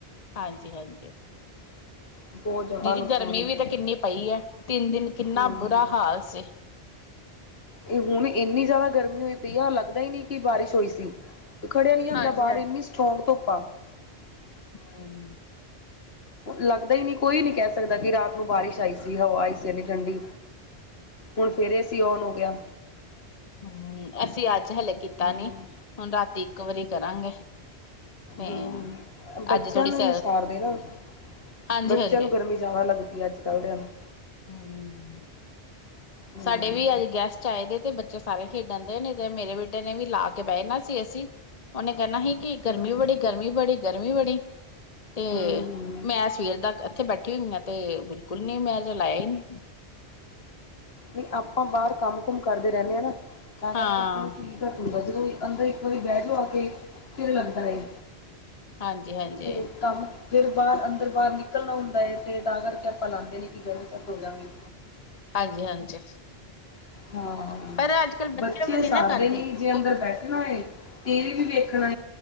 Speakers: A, on the left; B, on the left.
A: ਹਾਂਜੀ ਹਾਂਜੀ,
B: ਬਹੁਤ ਜ਼ਿਆਦਾ
A: ਦੀਦੀ
B: ਨੁਕਸਾਨ
A: ਗਰਮੀ
B: ਹੁੰਦਾ
A: ਵੀ ਤਾਂ
B: ਹੈ।
A: ਕਿੰਨੀ ਪਈ ਹੈ ਤਿੰਨ ਦਿਨ ਕਿੰਨਾ
B: ਹਾਂ,
A: ਬੁਰਾ ਹਾਲ ਸੀ।
B: ਇਹ ਹੁਣ ਇੰਨੀ ਜ਼ਿਆਦਾ ਗਰਮੀ। ਹੋਈ ਪਈ ਆ ਲੱਗਦਾ ਹੀ ਨਹੀਂ ਕਿ ਬਾਰਿਸ਼ ਹੋਈ ਸੀ। ਖੜਿਆ ਨੀ ਜਾਂਦਾ
A: ਹਾਂਜੀ
B: ਬਾਹਰ ਇੰਨੀ ਸਟਰੋਂਗ ਧੁੱਪ ਵਾਹ <unintelligible>
A: ਹੂੰ,
B: ਲੱਗਦਾ ਹੀ ਨੀ ਕੋਈ ਨੀ ਕਹਿ ਸਕ ਸਕਦਾ ਕਿ ਰਾਤ ਨੂੰ ਬਾਰਿਸ਼ ਆਈ ਸੀ, ਹਵਾ ਆਈ ਸੀ ਐਨੀ ਠੰਡੀ ਹੁਣ ਫਿਰ ਏ ਸੀ ਔਨ ਹੋ ਗਿਆ।
A: ਹੂੰ, ਅਸੀਂ ਅੱਜ ਅੱਜ ਹਲੇ ਕੀਤਾ
B: ਹੂੰ
A: ਨੀ ਹੁਣ ਰਾਤੀ ਇੱਕ ਵਾਰੀ ਕਰਾਂਗੇ ਤੇ
B: ਹੂੰ, ਬੱਚਿਆਂ
A: ਅੱਜ ਥੋੜ੍ਹੀ
B: ਨੂੰ
A: ਸ
B: ਹੀ ਸਾਰਦੇ ਨਾ।
A: ਹਾਂਜੀ-ਹਾਂਜੀ,
B: ਬੱਚਿਆਂ ਨੂੰ ਗਰਮੀ ਜ਼ਿਆਦਾ ਲੱਗਦੀ ਹੈ ਅੱਜ ਕੱਲ੍ਹ ਦਿਆਂ ਨੂੰ
A: ਹੂੰ,
B: ਹੂੰ।
A: ਸਾਡੇ ਵੀ ਅੱਜ ਗੈਸਟ ਆਏ ਦੇ, ਤੇ ਬੱਚੇ ਸਾਰੇ ਖੇਡਣ ਦੇ ਨੇ ਤੇ ਮੇਰੇ ਬੇਟੇ ਨੇ ਵੀ ਲਾ ਕੇ ਬਹਿ ਜਾਣਾ ਸੀ ਏ ਸੀ ਉਹਨੇ ਕਹਿੰਣਾ ਸੀ ਕਿ ਗਰਮੀ
B: ਹੂੰ
A: ਬੜੀ ਗਰਮੀ ਬੜੀ ਗਰਮੀ ਬੜੀ, ਤੇ
B: ਹੂੰ ਹੂੰ।
A: ਮੈਂ ਸਵੇਰ ਦਾ ਇੱਥੇ ਬੈਠਾ, ਬੈਠੀਆਂ ਹੋਈਆਂ ਤੇ ਬਿਲਕੁਲ ਨੀ ਮੈਂ ਜੋ ਲਾਇਆ ਹੀ ਨਹੀਂ,
B: ਵੀ ਆਪਾਂ ਬਾਹਰ ਕੰਮ ਹੁਕਮ ਕਰਦੇ ਰਹਿੰਦੇ ਆ ਨਾ ਤਾਂ
A: ਹਾਂ।
B: ਕਰਕੇ ਆਪਾਂ ਨੂੰ ਸ਼ੀਕ <inaudible> ਘੱਟ ਹੁੰਦਾ ਜਦ ਅੰਦਰ ਇੱਕ ਵਾਰੀ ਬੈਠ ਜਾਉ ਕੇ ਚਿਰ ਲੱਗਦਾ ਏ।
A: ਹਾਂਜੀ, ਹਾਂਜੀ,
B: ਤੇ ਕੰਮ ਫਿਰ ਬਾਹਰ ਅੰਦਰ ਬਾਹਰ ਨਿਕਲਣਾ ਹੁੰਦਾ ਹੈ ਤੇ ਤਾਂ ਕਰਕੇ ਆਪਾਂ ਲਾਦੇ ਨੇ ਕਿ ਗਰਮ ਸਰਦ ਹੋਜਾਗੇ।
A: ਹਾਂਜੀ, ਹਾਂਜੀ।
B: ਹਾਂ,
A: ਪਰ ਅੱਜ ਕੱਲ੍ਹ
B: ਬੱਚੇ
A: ਵੀ ਨੀ
B: ਸਾਰਦੇ
A: ਨਾ ਕਰਦੇ
B: ਨੀ ਜੇ
A: ਉਹ
B: ਅੰਦਰ ਬੈਠਨਾ ਏ ਟੀਵੀ ਵੀ ਵੇਖ ਖਣਾ